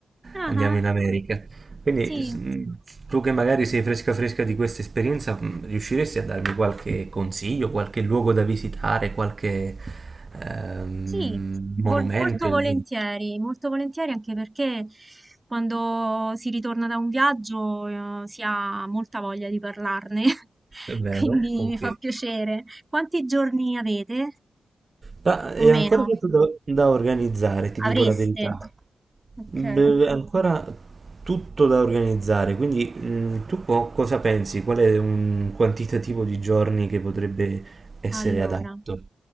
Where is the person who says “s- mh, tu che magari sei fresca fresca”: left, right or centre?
Right